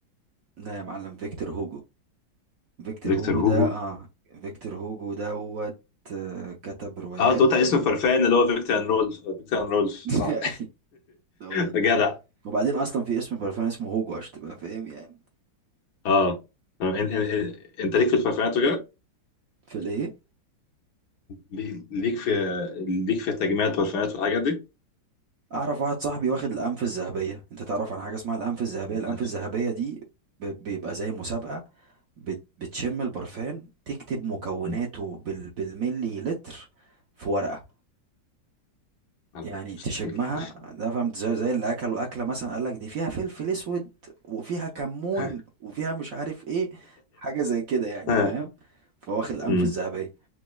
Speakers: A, on the right; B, on the left.
A: لا يا معلم فيكتور هوجو فيكتور
B: فيكتور
A: هوجو
B: هوجو
A: ده اه فيكتور هوجو دوت آه، كتب روايات
B: اه أنت قلت على اسم الفرفان اللي هو فيكتور ان رولف آه، فيكتور ان رولف صح
A: <laughs> دول.
B: <laughs> جدع
A: وبعدين اصلا في اسم برفان اسمه هوجو عشان تبقى فاهم يعني
B: اه طب إن- إن- إن- انت ليك في البرفانات وكده
A: في الايه
B: لي- ليك في ليك في تجميع البرفانات والحاجات دي
A: اعرف واحد صاحبي واخد الانف الذهبيه انت تعرف عن حاجه اسمها الانف الذهبيه الانف
B: أنت-
A: الذهبيه دي ب- بيبقى زي مسابقه بت- بتشم البرفان تكتب مكوناته
B: مم.
A: بال... بالملي لتر في ورقه
B: لا،
A: يعني تشمها
B: مستحيل
A: ده فهمت زي, زي اللي اكلوا اكله مثلا قال لك دي فيها فلفل اسود وفيها كمون
B: <laughs>
A: وفيها مش عارف ايه حاجه زي كده يعني
B: آه.
A: فاهم فواخد الانف
B: مم.
A: الذهبيه